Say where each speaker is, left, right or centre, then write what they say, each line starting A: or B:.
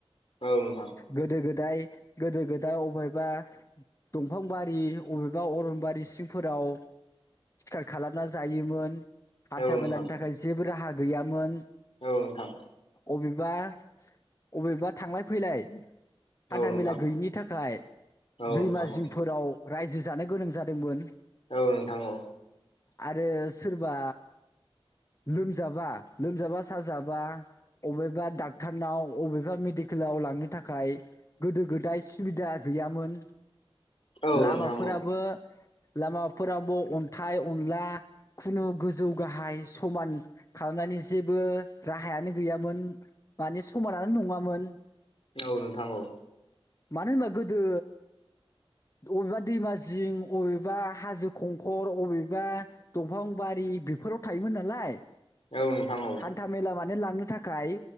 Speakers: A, on the left (about 70°); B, on the left (about 30°).
A: औ नोंथां
B: गोदो गोदाय गोदो गोदा अफायबा दंफां बारि अबेबा अरनबारि सिंफोराव सिखार खालामना जायोमोन हान्था
A: औ नोंथां
B: मेलानि थाखाय जेबो राहा गैयामोन
A: औ नोंथां
B: अबेबा अबेबा थांलाय फैलाय हान्था
A: औ नोंथां
B: मेला गैयिनि थाखाय
A: औ
B: दैमा
A: नोंथां औ
B: जिंफोराव रायजो जानो गोनां जादोंमोन
A: औ नोंथां औ
B: आरो सोरबा लोमजाबा लोमजाबा साजा बा अबेबा डाक्टरनाव अबेबा मेडिकेलाव लांनो थाखाय गोदो गोदाय सुबिदा गैयामोन
A: औ
B: लामाफोराबो
A: नोंथां औ
B: लामाफोरावबो अन्थाइ अनला खुनु गोजौ गाहाय समान खालामनायनि जेबो राहायानो गैयामोन माने समानानो नङामोन
A: औ नोंथां औ
B: मानो होनबा गोदो अबेबा दैमा जिं अबेबा हाजो खंखर अबेबा दंफां बारि बेफोराव थायोमोन नालाय
A: औ नोंथां औ
B: हान्था मेला माने लांनो थाखाय